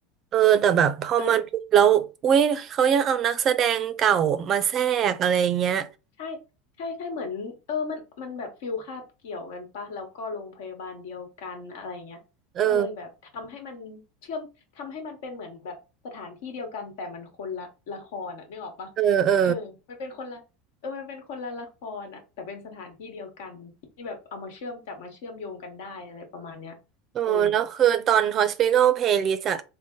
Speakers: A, on the right (about 35°); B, on the left (about 75°).
A: เออแต่แบบพอมาดูแล้วอุ้ยเขายังเอานักแสดงเก่ามาแทรกอะไรเงี้ย
B: เออ ใช่ใช่ใช่ เหมือนเออมันมันแบบฟิลคาบเกี่ยวกันปะ แล้วก็โรงพยาบาลเดียวกันอะไรเงี้ยก็เลยแบบทำให้มันเชื่อม
A: เออ
B: ทำให้มันเป็นเหมือนแบบสถานที่เดียวกันแต่มันคนละละครอ่ะนึกออกปะ
A: เออเออ
B: เออมันเป็นคนละเออมันเป็นคนละละครอ่ะแต่เป็นสถานที่เดียวกันที่แบบเอามาเชื่อมจับมาเชื่อมโยงกันได้อะไรประมาณเนี้ย
A: เออแล้วคือตอน
B: เออ
A: Hospital Playlist อะ